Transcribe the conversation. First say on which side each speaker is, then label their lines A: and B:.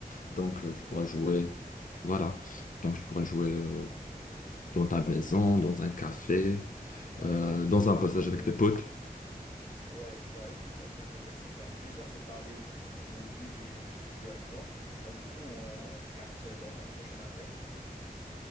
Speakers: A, on the left (about 55°); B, on the left (about 40°).
A: Donc, euh,
B: exactement.
A: tu pourras jouer. Voilà. Donc, tu pourras jouer euh, dans ta maison, dans un café,
B: Bah
A: euh,
B: écoute,
A: dans
B: euh,
A: un passage avec tes potes.
B: ouais, bah écoute, Abdel Fattah, c'était un plaisir de parler de, de nos hobbies de- et de jeux vidéo avec toi. Bah du coup, on, on se capte dans un prochain appel. Ok?